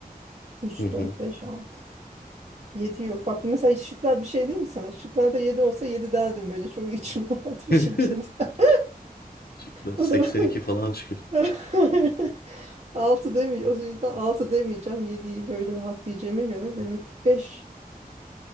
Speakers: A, on the right; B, on the left.
A: Üç
B: Hı hı.
A: dört beş 6. 7 yok. Bak mesela şıklar bir şey değil mi sana? Şıklarda 7 olsa 7 derdim böyle. Çok içim <laughs> rahat bir
B: <laughs>
A: şekilde. <laughs>
B: Şıklar
A: O
B: 82
A: zaman <laughs>
B: falan çıkıyor.
A: <laughs> Altı demeyeceğim. O yüzden altı demeyeceğim. Yediyi böyle rahat diyeceğime göre demek ki beş.